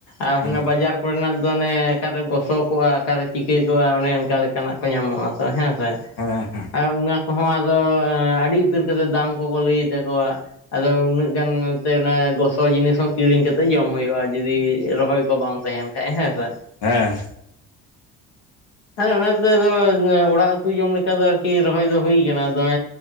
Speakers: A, on the left; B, on the left.
A: ᱟᱨ
B: ᱦᱮᱸ
A: ᱦᱟᱱᱟ ᱵᱟᱡᱟᱨ ᱛᱟᱨᱯᱚᱨᱮ ᱱᱟᱜ ᱫᱚ ᱚᱱᱮ ᱚᱠᱟᱨᱮ ᱜᱚᱥᱚᱠᱚᱜᱼᱟ ᱚᱠᱟᱨᱮ ᱪᱤᱠᱟᱹ ᱠᱚᱜᱼᱟ ᱚᱱᱮ ᱚᱱᱠᱟ ᱞᱮᱠᱟᱱᱟᱜ ᱠᱚ ᱧᱟᱢᱚᱜᱼᱟ ᱛᱚ ᱦᱮᱸ ᱥᱮ
B: ᱦᱮᱸ ᱦᱮᱸ
A: ᱟᱨ ᱚᱱᱟ ᱠᱚᱦᱚᱸ ᱟᱫᱚ ᱟᱹᱰᱤ ᱩᱛᱟᱹᱨ ᱠᱟᱛᱮᱫ ᱫᱟᱢ ᱠᱚᱠᱚ ᱞᱟᱹᱭ ᱛᱟᱠᱚᱣᱟ᱾ ᱟᱫᱚ ᱩᱱᱟᱹᱜ ᱜᱟᱱ ᱱᱚᱛᱮ ᱚᱱᱟ ᱜᱚᱥᱚ ᱡᱤᱱᱤᱥ ᱦᱚᱸ ᱠᱤᱨᱤᱧ ᱠᱟᱛᱮᱜ ᱡᱚᱢ ᱦᱩᱭᱩᱜᱼᱟ ᱡᱩᱫᱤ ᱨᱚᱦᱚᱭ ᱠᱚ ᱵᱟᱝ ᱛᱟᱦᱮᱱ ᱦᱮᱸ ᱥᱮ ᱵᱟᱝ
B: ᱦᱮᱸ
A: ᱦᱮᱸ ᱚᱱᱟᱛᱮ ᱟᱫᱚ ᱚᱸᱲᱟᱜ ᱩᱸᱛᱩ ᱡᱚᱢ ᱞᱮᱠᱟ ᱫᱚ ᱟᱨᱠᱤ ᱨᱚᱦᱚᱭ ᱫᱚ ᱦᱩᱭ ᱟᱠᱟᱱᱟ